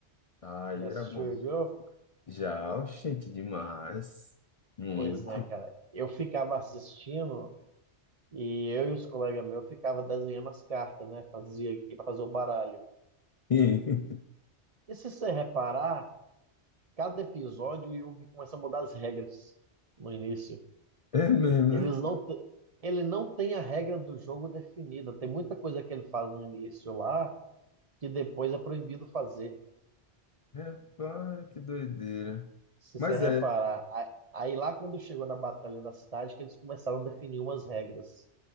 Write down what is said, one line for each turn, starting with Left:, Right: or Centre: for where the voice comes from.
Left: Ai,
Right: Já
Left: era
Right: assistiu
Left: bom.
Right: Yu-Gi-Oh?
Left: Já, gente, demais. Muito.
Right: Pois é, cara. Eu ficava assistindo e eu e os colegas meus ficava desenhando as cartas, né? Fazia aqui para fazer o baralho.
Left: E- <laughs>
Right: E se você reparar, cada episódio o Yugi começa a mudar as regras no início.
Left: É mesmo,
Right: Eles
Left: né?
Right: não te- Ele não tem a regra do jogo definida. Tem muita coisa que ele faz no início lá que depois é proibido fazer,
Left: Rapaz, que doideira.
Right: se
Left: Mas
Right: você reparar.
Left: é,
Right: A- Aí lá quando chegou na Batalha da Cidade que eles começaram a definir umas regras.